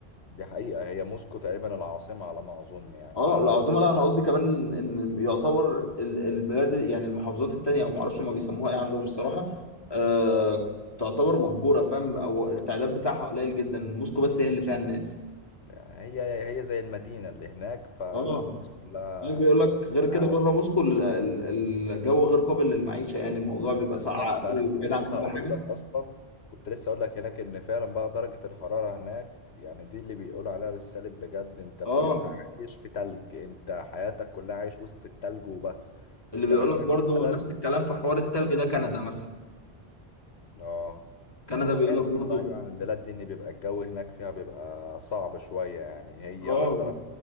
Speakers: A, on the left; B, on the left.
A: دي حقيقة هي موسكو تقريبا العاصمة على ما أظن يعني
B: اه
A: أو
B: العاصمة لا انا قصدي كمان ان يعتبر ال- البلاد يعني المحافظات التانية او ما اعرفش ما بيسموها ايه عندهم الصراحة آه تعتبر مهجورة فاهم او التعداد بتاعها قليل جدا موسكو بس هي اللي فيها الناس
A: يعني هي هي زي المدينة اللي هناك فالناس
B: اه
A: كلها
B: يعني بيقول لك غير
A: قاعدة
B: كده بره
A: فيها
B: موسكو ال- ال- الجو غير قابل للمعيشه يعني الموضوع بيبقى
A: بالظبط
B: ساقع
A: أنا
B: قوي
A: كنت
B: وبعيد
A: لسه
B: عن كل
A: هقول
B: حاجه
A: لك أصلا كنت لسه هقول لك هناك إن فعلا بقى درجة الحرارة هناك يعني دي اللي بيقولوا عليها بالسالب بجد أنت بتبقى
B: اه
A: عايش في تلج أنت حياتك كلها عايش وسط التلج وبس
B: اللي
A: أنت
B: بيقول
A: محتاج
B: لك برضو
A: فعلا
B: نفس الكلام في حوار التلج ده كندا مثلا
A: اه
B: كندا
A: انا سمعت
B: بيقول لك
A: برضه
B: برضو
A: ايوه عن البلاد دي ان بيبقى الجو هناك فيها بيبقى صعب شوية يعني هي
B: اه
A: مثلا